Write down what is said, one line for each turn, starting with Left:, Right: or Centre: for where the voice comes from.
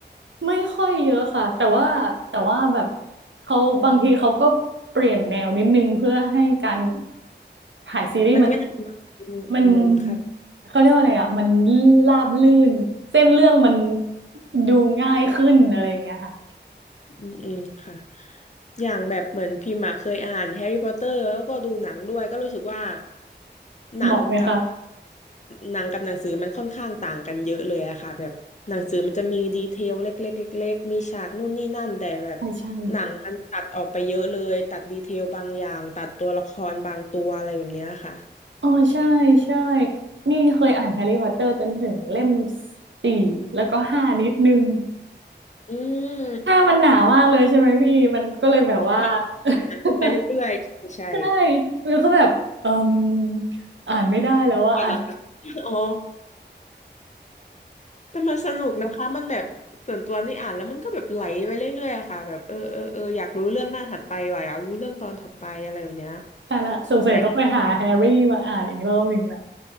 Right: ไม่ค่อยเยอะค่ะแต่ว่าแต่ว่าแบบเขาบางทีเขาก็เปลี่ยนแนวนิดนึงเพื่อให้การถ่ายซีรีส์มัน
Left: มันง่ายเนอะอืมอืมค่ะ
Right: มันเขาเรียกว่าอะไรอ่ะมันราบลื่นเส้นเรื่องมันดูง่ายขึ้นอะไรอย่างเงี้ยค่ะ
Left: อืมอืมค่ะอย่างแบบเหมือนพิมพ์อะเคยอ่านแฮร์รี่พอตเตอร์แล้วก็ดูหนังด้วยก็รู้สึกว่าหนังกับ
Right: เหมาะไหมคะ
Left: หนังกับหนังสือมันค่อนข้างต่างกันเยอะเลยอะค่ะแบบหนังสือมันจะมีดีเทลเล็กๆเล็กๆมีฉากนู่นนี่นั่นแต่แบบ
Right: ใช่ใช่
Left: หนังมันตัดออกไปเยอะเลยตัดดีเทลบางอย่างตัดตัวละครบางตัวอะไรแบบเนี้ยค่ะ
Right: อ๋อใช่ใช่นี่เคยอ่านแฮร์รี่พอตเตอร์จนถึงเล่มสี่แล้วก็ห้านิดนึง
Left: อืม
Right: ห้ามันหนามากเลยใช่ไหมพี่มันก็เลยแบบว่า
Left: ใช่มันห
Right: <laughs>
Left: นาขึ้นไปเรื่อยๆใช่ใช่
Right: ใช่แล้วก็แบบเอ่มอ่านไม่ได้แล้วว่าอ่าน
Left: ก่อนละค่ะ <laughs> อ๋อ แต่มันสนุกนะคะมันแบบส่วนตัวนี่อ่านแล้วมันก็แบบไหลไปเรื่อยๆอะค่ะแบบเออเออเอออยากรู้เรื่องหน้าถัดไปว่ะอยากรู้เรื่องตอนถัดไปอะไรแบบเนี้ย
Right: <laughs> แต่ละสงสัยต้องไปหาแฮร์รี่มาอ่านอีกรอบหนึ่งแหละ
Left: แต่